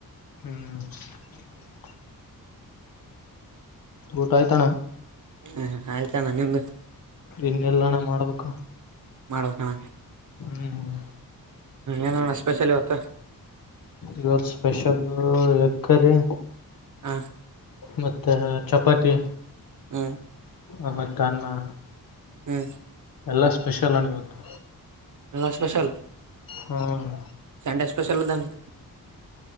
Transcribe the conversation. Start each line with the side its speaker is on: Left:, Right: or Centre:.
Left: ಹ್ಮ್ ಊಟ ಆಯ್ತಾನ
Right: ಹ್ಮ ಆಯ್ತಣ್ಣ ನಿಮ್್ದು
Left: ಇನ್ನೆಲ್ಲಣ್ಣ ಮಾಡ್ಬೇಕ
Right: ಮಾಡಬೇಕಣ
Left: ಹ್ಮ್ ಹ್ಮ್
Right: ಏನಣ್ಣ ಸ್ಪೆಷಲ್ ಇವತ್ತು
Left: ಇವತ್ತು ಸ್ಪೆಷಲ್ ಎಗ್ ಕರಿ
Right: ಹಾ
Left: ಮತ್ತೆ ಚಪಾತಿ
Right: ಹ್ಮ್
Left: ಅಮ್ಮ ಕಾ <unintelligible>
Right: ಹ್ಮ್
Left: ಎಲ್ಲ ಸ್ಪೆಷಲ್ ಇವತ್ತು
Right: ಎಲ್ಲ ಸ್ಪೆಷಲ್
Left: ಹ್ಮ್
Right: ಸಂಡೆ ಸ್ಪೆಷಲ್ದ <unintelligible>